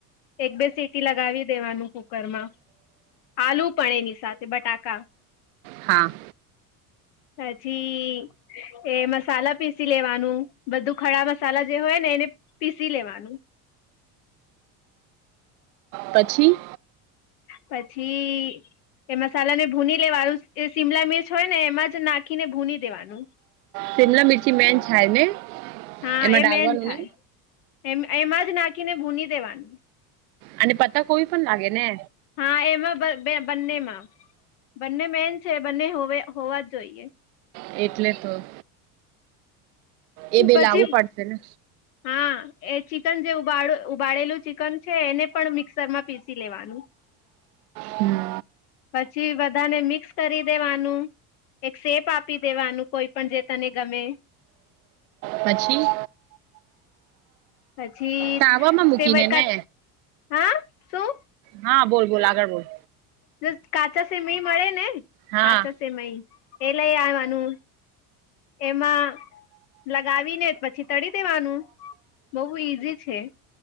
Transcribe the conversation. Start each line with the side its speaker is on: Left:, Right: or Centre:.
Left: એક-બે સીટી લગાવી દેવાનું કુકર માં. આલુ પણ એની સાથે બટાકા.
Right: હા.
Left: પછી એ મસાલા પીસી લેવાનું, બધું ખડા મસાલા જે હોય ને એને પીસી લેવાનું.
Right: પછી?
Left: પછી એ મસાલા ને ભૂની લેવાનું, શિ શિમલા મિર્ચ હોય ને એમાં જ નાખીને ભૂની દેવાનું.
Right: શિમલા મિરચી મેન છાય ને?
Left: હા
Right: એમાં
Left: એ મેન
Right: ડાલવાનું
Left: થાય
Right: ને?
Left: એમ એમાં જ નાખીને ભૂની દેવાની.
Right: અને પતાકોબી પણ લાગે ને?
Left: હા એમાં બ બે બંનેમાં. બંને મેન છે, બંને હોવે હોવા જ જોઈએ.
Right: એટલે તો. એ બે
Left: પછી
Right: લાવવું પડશે ને?
Left: હા. એ ચિકન જેવું <unintelligible> ઉબાળેલું ચિકન છે એને પણ મિક્સર માં પીસી લેવાનું.
Right: હમ
Left: પછી બધાને મિક્સ કરી દેવાનું, એક શેપ આપી દેવાનું કોઈ પણ જે તને ગમે.
Right: પછી?
Left: પછી
Right: તાવામાં
Left: <unintelligible>
Right: મૂકીને ને
Left: હા શું?
Right: હા બોલ-બોલ આગળ બોલ.
Left: જસ્ટ કાચા સેમય મળે ને?
Right: હા
Left: કાચા સેમય, એ લઈ આવવાનું. એમાં લગાવીને પછી તળી દેવાનું, બહુ ઈઝી છે.